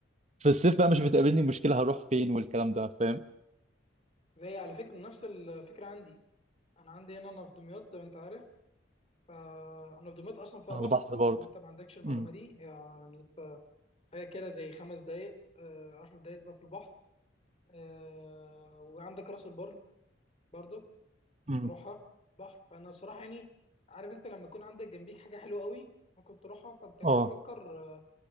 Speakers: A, on the right; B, on the left.
A: في الصيف بقى مش بتقابلني مشكله هروح فين والكلام ده فاهم
B: زي على فكره نفس الفكره عندي انا عندي هنا انا في دمياط زي ما انت عارف فانا في دمياط اصلا فيها
A: على
B: بحر
A: البحر برضه
B: لو انت ما عندكش المعلومه
A: امم
B: دي يعني انت حاجة كده زي خمس دقايق آه، عشر دقايق تبقى في البحر آه، وعندك راس البر برضك
A: امم
B: نروحها بحر فأنا صراحة يعني عارف أنت لما يكون عندك جنبيك حاجة حلوة قوي ممكن تروحها فأنت ليه
A: اه
B: تفكر آه،